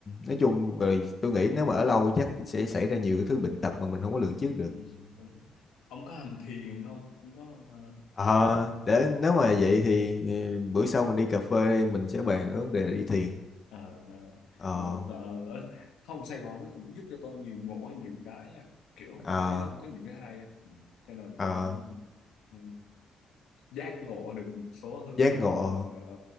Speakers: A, on the left (about 35°); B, on the left (about 85°).
A: nói chung rồi tôi nghĩ nếu mà ở lâu chắc sẽ xảy ra nhiều cái thứ bệnh tật mà mình không có lường trước được
B: ừ, đúng ông có hành thiền không ông có ờ,
A: Ờ, để nếu mà vậy thì ừ, bữa sau mình đi cà phê mình sẽ bàn cái vấn đề đi thiền.
B: ờ
A: Ờ,
B: ờ, ờ, ở không Sài Gòn nó cũng giúp cho tôi nhiều ngộ hay nhiều cái nha. kiểu
A: ờ,
B: ở đây nó không có nhiều cái hay á Ừ. thế là
A: ờ,
B: tôi cũng ừ, giác ngộ được một số thứ
A: giác
B: rồi
A: ngộ
B: cũng ờ, ờ,